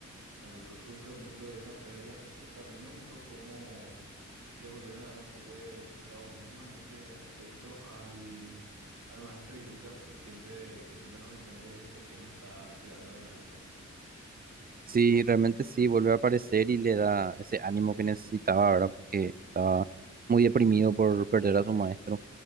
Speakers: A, on the right; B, on the right.
A: Naruto sufre mucho de esa pérdida, pero también me gustó cómo le volvieron a dar un poco de protagonismo en ese aspecto al, al maestro Iruka, que siempre, que siempre nos dijeron que desde pequeño está cuidando de Naruto.
B: sí, realmente sí, vuelve a aparecer y le da ese ánimo que necesitaba, ¿verdad? Porque estaba muy deprimido por perder a su maestro,